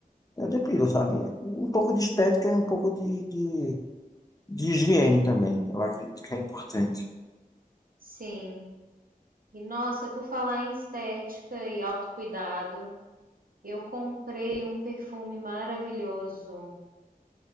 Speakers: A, on the left; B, on the right.
A: Eu depilo, sabe? Um pouco de estética e um pouco de, de, de higiene também. Eu acredito que é importante.
B: sim. E nossa, por falar em estética e autocuidado. Eu comprei um perfume maravilhoso